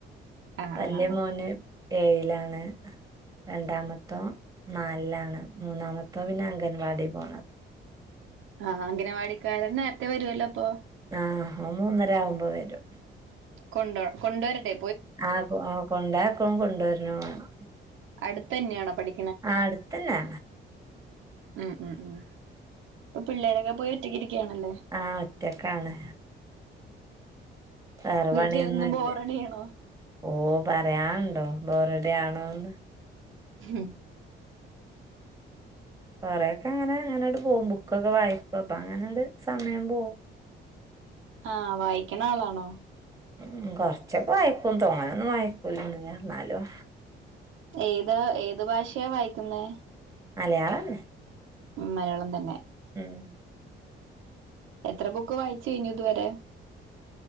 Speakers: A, on the right; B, on the right.
A: ആഹ്
B: വല്യ
A: ആഹ്
B: മോന് ഏഴിലാണ് രണ്ടാമത്തോൻ നാലിലാണ് മൂന്നാമത്തോൻ പിന്നെ അംഗൻവാടി പോണത
A: ആഹ് അംഗനവാടിക്കാരൻ നേരത്തെ വരുല്ലോ അപ്പൊ
B: ആ ഓൻ മൂന്നരാവുമ്പോ വെരും
A: കൊണ്ട കൊണ്ടൊരടെ
B: ആഹ് കൊ കൊണ്ടായ്ക്കുണും കൊണ്ടരണും വാണം
A: അട്ത്തെന്ന്യാണോ പഠി
B: ആ അട്ത്തെന്നാ
A: ഉം ഉം ഉം ഇപ്പൊ പിള്ളേരൊക്കെ പോയി ഒറ്റക്കിരിക്കാണല്ലേ
B: ആഹ് ഒറ്റക്കാണ് വേറെ
A: വീട്ടിലിരുന്ന്
B: പണിയൊന്നുംല്ല
A: ബോറടിയാണോ?
B: ഓ പറയാണ്ടോ ബോറടിയാണോന്ന്
A: ഉം
B: കൊറെക്കെ അങ്ങനെ അങ്ങനണ്ട് പോം ബുക്കൊക്കെ വായിക്കും അപ്പങ്ങനണ്ട് സമയം പോം
A: ആഹ് വായിക്ക്ണാളാണോ
B: ഉം കൊർച്ചൊക്കെ വായിക്കും. തോനൊന്നും വായിക്കൂലന്നുല്ല, ന്നാലും
A: ഏത് ഏത് ഭാഷയ വായിക്കുന്നെ
B: മലയാളന്നെ
A: ഉം മലയാളം തന്നെ
B: ഉം
A: എത്ര ബുക്ക് വായിച്ചു കഴിഞ്ഞു ഇതുവരെ